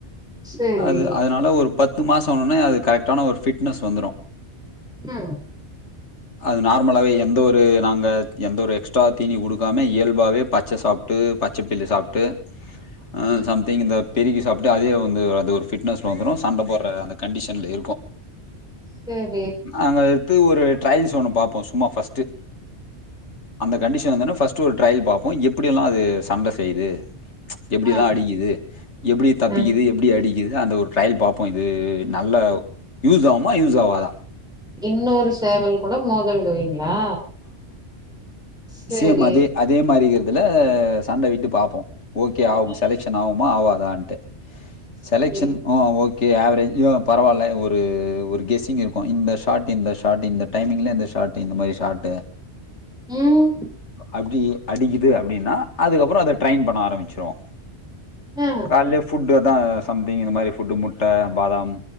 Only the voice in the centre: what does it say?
சரி.
ம்
ம்
சேர்
ஆ
ஆ
இன்னொரு சேவல் கூட மோத விடுவீங்களா சரி
ஆ
சரி
ம்
ஆ